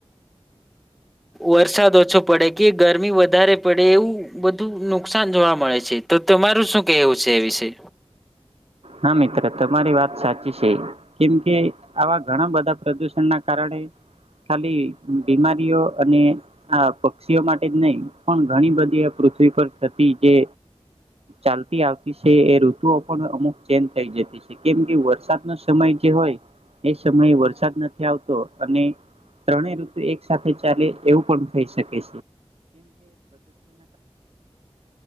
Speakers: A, in the centre; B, on the right.
A: વરસાદ ઓછો પડે કે ગરમી વધારે પડે એવું બધું નુકસાન જોવા મળે છે તો તમારું શું કેહવું છે એ વિશે?
B: હા મિત્ર. તમારી વાત સાચી છે. કેમકે આવા ઘણા બધા પ્રદુષણના કારણે ખાલી બીમારીઓ અને આ પક્ષીઓ માટે જ નહીં પણ ઘણી બધી પૃથ્વી પર થતી જે ચાલતી આવતી છે એ ઋતુઓ પણ અમુક ચેંજ થઈ જતી છે કેમ કે વરસાદનો સમય જે હોય એ સમયે વરસાદ નથી આવતો અને ત્રણેય ઋતુ એક સાથે ચાલે એવું પણ થઈ શકે